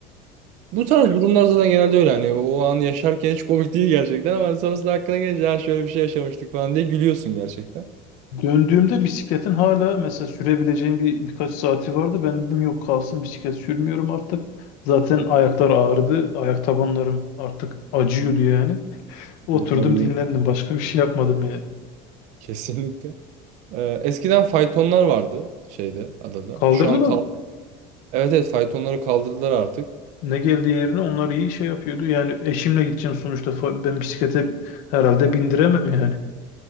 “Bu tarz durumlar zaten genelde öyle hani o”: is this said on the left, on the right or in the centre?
Right